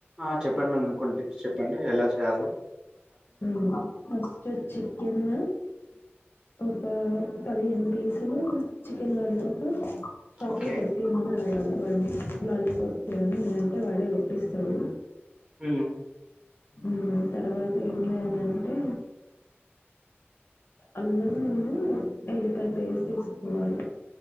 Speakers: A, on the right; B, on the left.
A: ఆ చెప్పండి మేడం కొన్ని టిప్స్ చెప్పండి ఎలా చే యాలో
B: ఉ అ ఫస్ట్ చికెన్ ఒక పదిహేను పీసులు చికెన్ లాలీ పఫ్ షాప్
A: ఓకే
B: లొ కొట్టియమని అడగా లా వాన్ని లాలీపాప్కి అనీ అంటే వాడే కొట్టిస్తడు
A: ఉమ్
B: ఉమ్ తర్వాత ఏం చేయాలంటే అల్లం ముందు ఎల్లిపాయ పేస్ట్ ఏసుకోవాలే